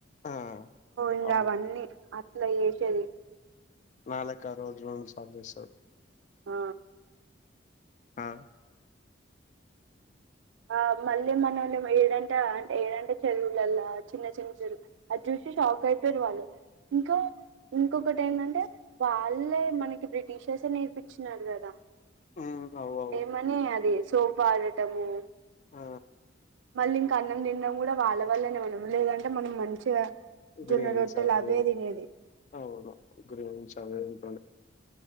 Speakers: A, on the left; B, on the right.
A: ఆ
B: ఇంకాబ
A: అవును
B: అట్ల చేసేది
A: నా లెక్క రోజు రోజుక్ సాధ చేస్తారు
B: ఆ
A: అ
B: ఆ మళ్ళీ మనం ఏడంటె ఏడంట చదువులల్లా చిన్న చిన్న చెదువు అది చూసి షాక్ అయిపోయారు వాళ్ళు ఇంకా ఇంకొకటి ఏంటంటే వాళ్ళే మనకి బ్రిటిషెస్ నేర్పించినారు కదా
A: ఉమ్ అవు అవు
B: ఏ మనీ అదిస్ తో పాడటము
A: ఆ
B: మళ్ళీ ఇంకా అన్నం తినడం కూడా వాళ్ళ వాల్ళనే మనము లేదంటే మనం మంచిగా
A: గ్రీన్స్యి
B: జొన్న రొట్టెలు అవే తినేది
A: అవును గ్రీన్స్విే <unintelligible>